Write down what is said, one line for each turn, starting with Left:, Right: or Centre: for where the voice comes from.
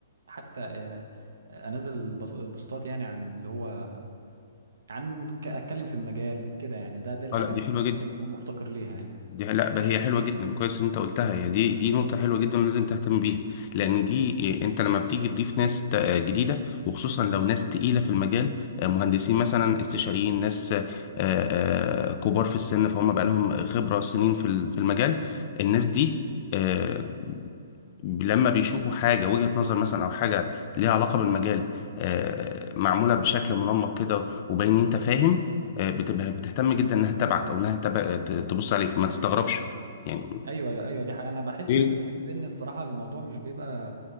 Right: حتى آه، انزل بص- بوستات يعني عن اللي هو عن ك- اتكلم في المجال كده يعني ده ده الحاجه
Left: اه لا دي
Right: اللي
Left: حلوه
Right: ممكن
Left: جدا
Right: اكون مفتقر ليها يعني
Left: دي لا ده هي حلوه جدا كويس ان انت قلتها هي دي دي نقطه حلوه جدا لازم تهتم بيها لان دي إيه، انت لما بتيجي تضيف ناس ت- آه، جديده وخصوصا لو ناس تقيله في المجال آه، مهندسين مثلا استشاريين ناس آه، آه، كبار في السن فهم بقى لهم خبره سنين في ال- في المجال الناس دي آه، لما بيشوفوا حاجة وجهة نظر مثلا أو حاجة ليها علاقة بالمجال آه، معمولة بشكل منمق كده وباين إن أنت فاهم آه، بتبقى بتهتم جدا إنها تتابعك أو إنها تبع- ت- تبص عليك ما تستغربش يعني
Right: ايوه ايوه دي حقيقة انا بحس
Left: جيل
Right: ان في لينكد ان الصراحه الموضوع مش بيبقى